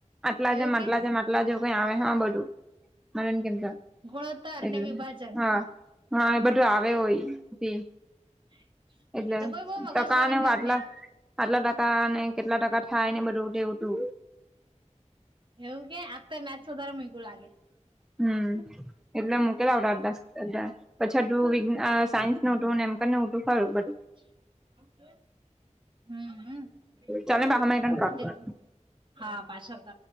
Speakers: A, in the centre; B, on the right.
A: આટલા
B: એવું
A: જેમ આટલા
B: કે
A: જેમ આટલા જેવું કઈ આવે છે બધું મને એમ કેતા
B: ગુણોત્તર
A: એટલે
B: ને વિભાજન
A: હા હા એ બધું આવે હોય તી
B: <inaudible>
A: એટલે
B: એ તો બઉ બઉ મગજ
A: ટકા
B: બની
A: ને
B: દઉં
A: વાટલા
B: મેં
A: આટલા ટકા અને કેટલા ટકા થાય ને બધું ટેવુ ટુ
B: એવું કે આ તો મેચ સુધારે મુયકુ લાગે
A: હમ એટલે મૂકે લાવટા તા એટલે મેંપછી આટલું વિ સાયન્સ ન ઉટું એમકે ઊટું થયું બધું
B: <inaudible>
A: ચાલ બાહમાં કર
B: હા પાછો કર